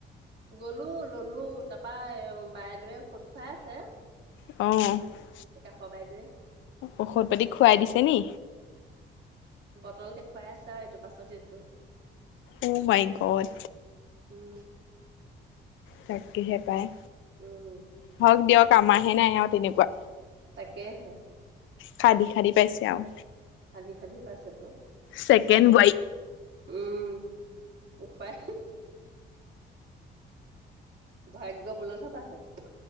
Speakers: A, on the right (about 60°); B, on the left (about 75°).
A: গলো ললো তাপা বাইেদেৱে ঔষধ খুৱাই আছে।
B: অঁ
A: এই কাষৰ বাইদেৱে
B: ঔষধ পাতি খুৱাই দিছে নি
A: তল দেখুৱাই আছে আৰু এইটো পাছত এইটো
B: অ' মাই গদ
A: উম
B: তাকেহে পায়
A: উম
B: হক দিয়ক আমাৰ হে নাই আও তেনেকুৱা।
A: তাকেহে
B: খাদি খাদি পাইছে আওঁ
A: <unintelligible> পাইছে তো
B: চেকেণ্ড ৱাই
A: উম উপায় নাই ভাগ্য বলত হে পাইছে